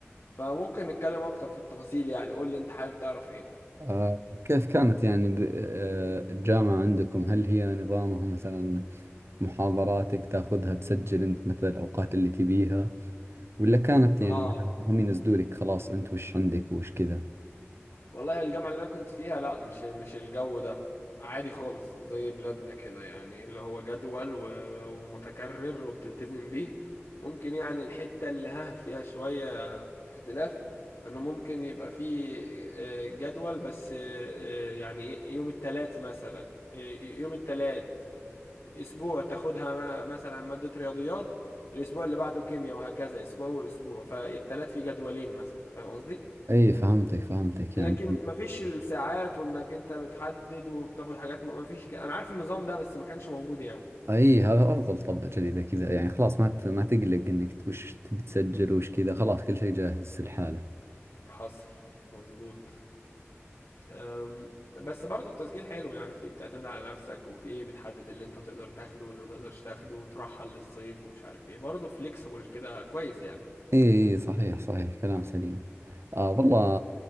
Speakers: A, on the left; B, on the right.
A: فممكن نتكلم اكتر في التفاصيل يعني قول لي انت حابب تعرف ايه
B: آه، كيف كانت يعني د- آه، الجامعة عندكم هل هي نظامها مثلا محاضراتك تاخذها تسجل أنت مثلا الأوقات اللي تبيها ولا كانت يعني
A: اه
B: مثلا هم ينزلوا لك خلاص أنت وش عندك وش كذا؟
A: والله الجامعة اللي أنا كنت فيها لا مش مش الجو ده عادي خالص زي بلادنا كده يعني اللي هو جدول و- ومتكرر وبتلتزم بيه ممكن يعني الحتة اللي ها فيها شوية اختلاف إنه ممكن يبقى فيه آه، جدول بس آه، آه، يعني إيه، يوم التلات مثلا آه، يوم التلات آه، أسبوع تاخدها م- مثلا مادة رياضيات الأسبوع اللي بعده كيمياء وهكذا أسبوع وأسبوع فالتلات في جدولين مثلا فاهم قصدي؟
B: أي فهمتك فهمتك
A: لكن
B: يعني
A: مفيش الساعات وانك انت بتحدد وبتاخد حاجات م- مفيش ك... انا عارف النظام ده بس ما كانش موجود يعني
B: اي هذا افضل طبعا اذا كذا يعني خلاص ما ت- ما تقلق انك وش تبي تسجل وش كذا خلاص كل شيء جاهز لحاله
A: حصل مظبوط أم، بس برضو التسجيل حلو يعني فيه بتعتمد على نفسك وفيه بتحدد اللي انت تقدر تاخده واللي ما تقدرش تاخده وترحل للصيف ومش عارف ايه برضو فليكسبل كده كويس يعني
B: اي إي، صحيح صحيح كلام سليم آه والله